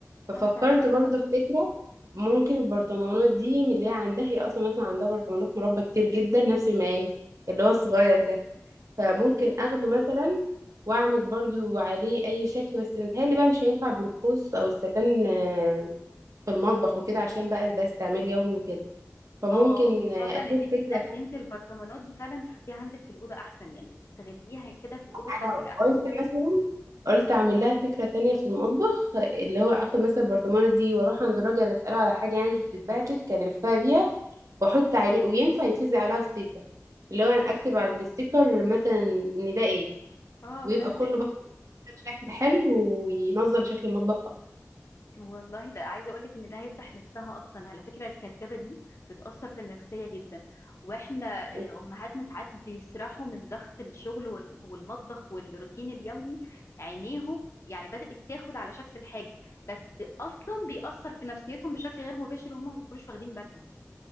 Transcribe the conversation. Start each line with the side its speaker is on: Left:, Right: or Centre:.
Right: ففكرت
Left: اه فهماكي
Right: برضو
Left: طبعا
Right: في فكره ممكن البرطمانات دي من اللي هي عندها هي اصلا مثلا عندها برطمانات مربى كتير جدا نفس المقاس اللي هو الصغير ده فممكن اخده مثلا واعمل برضو عليه اي شكل بس متهيألي بقى مش هينفع بالخوص او الستان آه، في المطبخ وكده عشان بقى ده استعمال يومي وكده فممكن
Left: اه بفضل
Right: آه، اشوف
Left: ان انت
Right: فكرة
Left: تاخدي
Right: تانية
Left: انت البرطمانات دي فعلا تحطيها عندك في الاوضه احسن يعني تستغليها كده في الاوضه بتاعتك
Right: انا آه،
Left: احسن
Right: قلت مثلا قلت اعمل لها فكرة تانية في المطبخ آه، اللي هو اخد مثلا البرطمانة دي واروح عند الراجل اسأله على حاجة يعني مش بتتبهدل كان لفها بيها واحط عليه وينفع يتلزق عليها ستيكر اللي هو انا اكتب على الستيكر مثلا ان ده ايه
Left: اه
Right: ويبقى
Left: فهمتك
Right: كله بقى بشكل حلو وينظم شكل المطبخ
Left: والله ده عايزه اقول لك ان ده هيفتح نفسها اصلا على فكره الكركبه دي بتاثر في النفسيه جدا واحنا آه،
Right: اكتر
Left: امهاتنا ساعات بيسرحوا من ضغط الشغل وال- والمطبخ والروتين اليومي عينيهم يعني بدات تاخد على شكل الحاجه بس اصلا بيأثر في نفسيتهم بشكل غير مباشر وهم ما بيكونوش واخدين بالهم